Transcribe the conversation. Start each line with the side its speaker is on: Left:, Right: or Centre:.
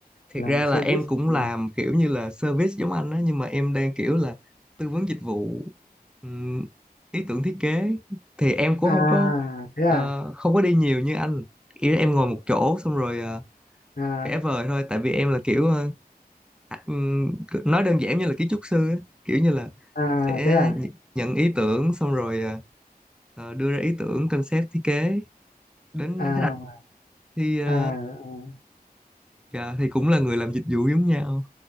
Centre: thiệt
Left: làm
Centre: ra
Left: về service
Centre: là em cũng
Left: Ừ.
Centre: làm kiểu như là service giống anh á nhưng mà em đang kiểu là tư vấn dịch vụ ừm, ý tưởng thiết kế thì em cũng
Left: à
Centre: không có
Left: thế à
Centre: ờ, không có đi nhiều như anh ý là em ngồi một chỗ xong rồi ờ,
Left: à
Centre: vẽ vời thôi tại vì em là kiểu ờ, à, ừm, nói đơn giản như là kiến trúc sư á. kiểu như là
Left: à
Centre: sẽ
Left: thế à
Centre: nh- nhận ý tưởng xong rồi ờ, ờ, đưa ra ý tưởng concept thiết kế đến
Left: à
Centre: khách hàng thì ờ,
Left: à
Centre: dạ, thì cũng là người làm dịch vụ giống nhau